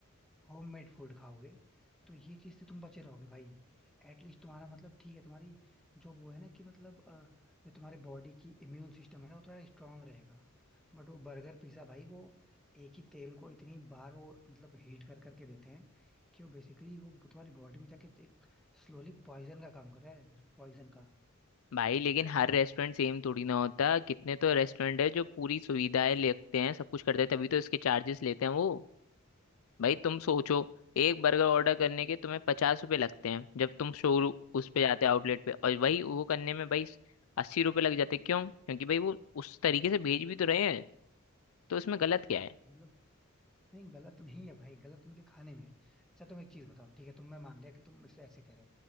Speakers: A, in the centre; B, on the left.
A: होममेड फूड खाओगे तो ये चीज से तुम बचे रहोगे भाई एटलीस्ट तुम्हारा मतलब ठीक है तुम्हारी जो वो है ना कि मतलब अ, जो तुम्हारे बॉडी की इम्यून सिस्टम है ना वो थोड़ा स्ट्रांग रहेगा बट वो बर्गर पिज्जा भाई वो एक ही तेल को इतनी बार वो मतलब हीट कर करके देते हैं कि वो बेसिकली वो तुम्हारी बॉडी में जाके एक स्लोली पॉइजन का काम कर रहा है पॉइजन का
B: भाई लेकिन हर रेस्टोरेंट सेम थोड़ी ना होता कितने तो रेस्टोरेंट है जो पूरी सुविधाएं लेते हैं सब कुछ करते हैं तभी तो इसके चार्जेस लेते हैं वो भाई तुम सोचो एक बर्गर ऑर्डर करने के तुम्हें पचास रुपए लगते हैं जब तुम शोरूम उस
A: हाँ
B: पे जाते हो आउटलेट पे और वही वो करने में भाई अस्सी रुपए लग जाते हैं क्यों क्योंकि भाई वो उस तरीके से भेज भी तो रहे हैं तो उसमें गलत क्या है
A: मतलब नहीं गलत तो नहीं है भाई गलत उनके खाने में है अच्छा तुम एक चीज बताओ ठीक है तुम मैं मान लिया कि तुम इसे ऐसे कह रहे